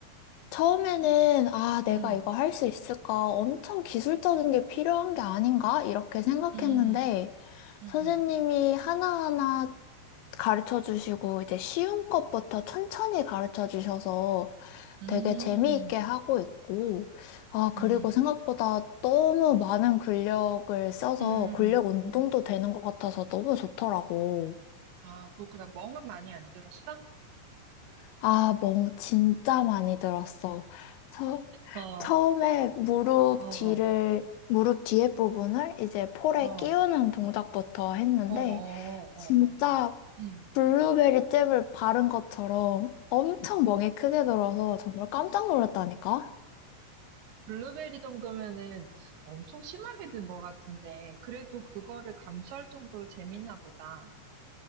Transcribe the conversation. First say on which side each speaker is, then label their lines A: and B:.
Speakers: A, on the left; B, on the right.
A: 처음에는 아, 내가
B: 응,
A: 이거 할 수 있을까? 엄청 기술적인 게 필요한 게 아닌가? 이렇게 생각했는데
B: 응, 응,
A: 선생님이
B: 응,
A: 하나하나 가르쳐 주시고 이제 쉬운 것부터 천천히 가르쳐 주셔서
B: 응,
A: 되게 재미있게 하고 있고, 아, 그리고
B: 응,
A: 생각보다 너무 많은 근력을 써서
B: 응,
A: 근력 운동도
B: 응,
A: 되는 것 같아서 너무 좋더라고.
B: 아, 그렇구나. 멍은 많이 안 들었어?
A: 아, 멍 진짜 많이 들었어. 처,
B: 어, 어,
A: 처음에 무릎
B: 어,
A: 뒤를, 무릎 뒤에 부분을 이제 폴에
B: 어,
A: 끼우는 동작부터 했는데,
B: 어, 어,
A: 진짜
B: 어, 응,
A: 블루베리 잼을 바른 것처럼 엄청 멍이 크게 들어서 정말 깜짝 놀랐다니까?
B: 블루베리 정도면은 엄청 심하게 든 것 같은데, 그래도 그거를 감수할 정도로 재밌나 보다.